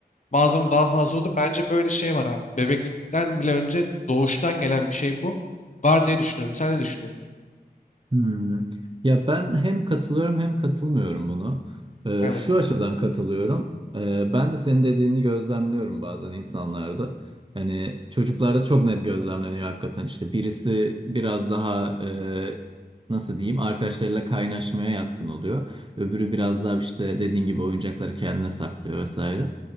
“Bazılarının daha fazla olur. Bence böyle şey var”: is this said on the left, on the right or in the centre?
Left